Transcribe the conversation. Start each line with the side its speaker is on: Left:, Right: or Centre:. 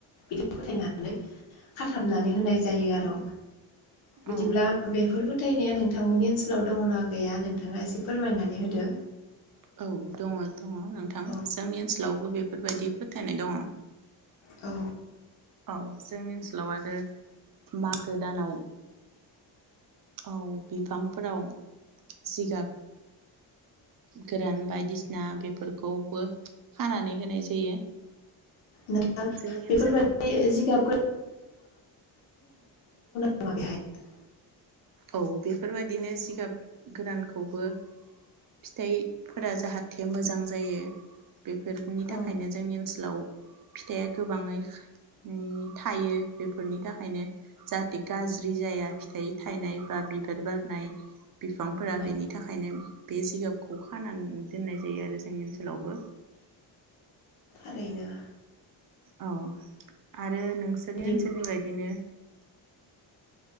Left: बिदि फोथायनानै खाथाबनानै होनाय जायो आरो बिदिब्ला
Right: औ
Left: बेफोर फोथायनाया नों नोंथांमोननि ओनसोलाव दङ नङा गैया नोंथाङा एसे फोरमायनानै होदो
Right: औ दङ दङ नोंथां
Left: औ
Right: जोंनि ओनसोल
Left: दे
Right: जोंनावबो बेफोरबायदि फोथायनाय दङ
Left: औ
Right: औ जोंनि ओनसोलाव आरो मागो दानाव औ बिफांफोराव जिगाब गोरान बायदिसिना ना बेफोरखौबो खानानै होनाय जायो
Left: नोंथां
Right: जोंनि
Left: बेफोरबायदि
Right: ओनसोलाव
Left: जिगाब <unintelligible>
Right: औ बेफोरबायदिनो जिगाब गोदानखौबो फिथाइफोरा जाहाथे मोजां जायो। बेफोरनि
Left: औ
Right: थाखायनो जोंनि ओनसोलाव फिथाइया गोबाङै उम थायो बेफोरनि थाखायनो जाहाथे गाज्रि जाया फिथाइ थायनाय बा बिबार बारनाय बिफांफोरा
Left: औ
Right: बेनि थाखायनो बे जिगाबखौ खानानै दोननाय जायो आरो जोंनि ओनसोलावबो
Left: ओरैनो
Right: औ आरो नोंसोरनि
Left: बिदिब्ला
Right: ओनसोलनि बायदिनो